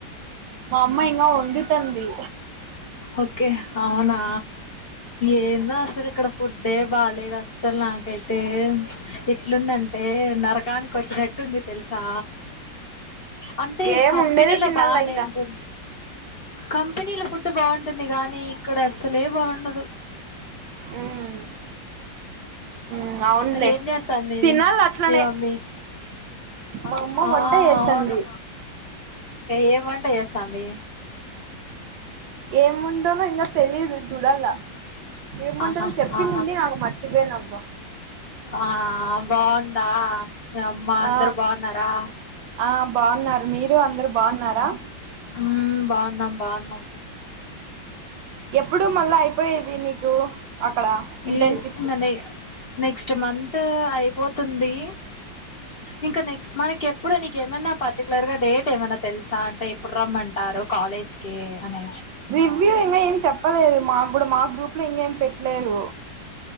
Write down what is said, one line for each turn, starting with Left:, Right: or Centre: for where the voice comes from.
Right: మా అమ్మ ఇంకా వండుతంది
Left: ఓకే అవునా ఏందో అసలు ఇక్కడ ఫుడ్ ఏ బాగాలేదు అస్సలు నాకు త్తే ఎట్లుందంటే నరకానికి వచ్చినట్ ఉంటుంది తెలుసా అంటే
Right: ఏం
Left: కంపెనీలో
Right: ఉండేదే తినాల
Left: బానే
Right: ఇంగ
Left: ఉంటుంది కంపెనీలో ఫుడ్ బాగుంటుంది కాగానీ ఇక్కడ అస్సలే బాగుండదు
Right: ఉమ్ ఉమ్ అవునులే
Left: ఏం చేస్తాంది ఇమి
Right: తినాలి అట్లనే
Left: మీ మమ్మీ ఆహా
Right: మా అమ్మ వంట చేస్తుంది
Left: అవును ఏం వంటా చేస్త తంది
Right: ఏముండాలో ఇంకా తెలిదు చూడాలా ఏమంటారని
Left: ఆహా
Right: చెప్పిందింది
Left: ఆ
Right: నాకు మర్చిపోయాన అబ్బ
Left: ఆ బాగుందా మీ అమ్మ అందరు
Right: ఆ
Left: బాగున్నారా
Right: ఆ బాగున్నారు మీరు అందరూ బాగున్నారా
Left: ఉమ్ బాగున్నాం బాగున్నాం
Right: ఎప్పుడు మళ్ళా అయిపోయేది నీకు అక్కడ ఇంటర్న్షిప్
Left: ఈ ఇంగ నె నెక్స్ట్ మంత్ అయిపోతుంది ఇంకా నెక్స్ట్ మనకి ఎప్పుడ నీక ఏమన్నా పర్టికులర్ గా డేట్ ఏమైన్నా తెలుసా అంటే ఎప్పుడు రమ్మంటారు కాలేజ్ కి అనే
Right: రివ్యూ ఇంకా ఏం చెప్పలేదు మా కూడా మా గ్రూప్ లో ఇంకా ఏం పెట్టలేదు